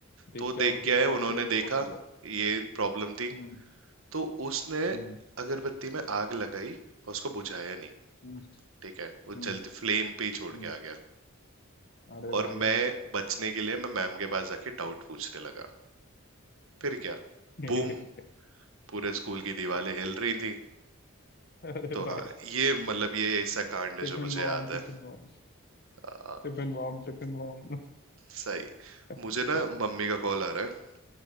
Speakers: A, on the left; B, on the right.
A: देख
B: तो
A: क्या
B: देख
A: हो शेरों
B: के आए उन्होंने
A: क्यों नहीं
B: देखा
A: फोड़ती है
B: ये प्रॉब्लम थी
A: हम्म
B: तो उसने
A: हम्म
B: अगरबत्ती में आग लगाई और उसको बुझाया नहीं।
A: हम्म
B: ठीक है वो
A: हम्म
B: जलते फ्लेम पे ही छोड़
A: हम्म।
B: के आ गया
A: अरे
B: और
A: भाई
B: मैं बचने के लिए मैं मैम के पास जाके डाउट पूछने लगा फिर क्या
A: <laughs>
B: बूम पूरे स्कूल की दीवारें हिल रही थी
A: अरे
B: तो
A: भाई
B: हाँ ये मतलब ये ऐसा कांड है
A: Tiffin
B: जो मुझे
A: bomb
B: याद है
A: tiffin bomb
B: आ,
A: Tiffin bomb tiffin bomb
B: सही मुझे
A: <laughs>
B: ना मम्मी का कॉल आ रहा है